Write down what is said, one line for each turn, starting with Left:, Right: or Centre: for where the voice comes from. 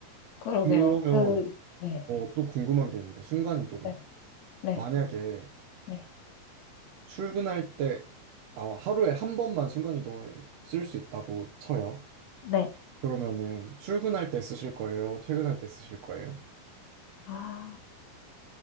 Left: 그러게요.
Right: 그러면
Left: 그, 네,
Right: 어, 또 궁금한 게 있는데 순간이동.
Left: 네, 네,
Right: 만약에
Left: 네,
Right: 출근할 때 아, 하루에 한 번만 순간이동을 쓸 수 있다고 쳐요.
Left: 네.
Right: 그러면은 출근할 때 쓰실 거예요? 퇴근할 때 쓰실 거예요?
Left: 아,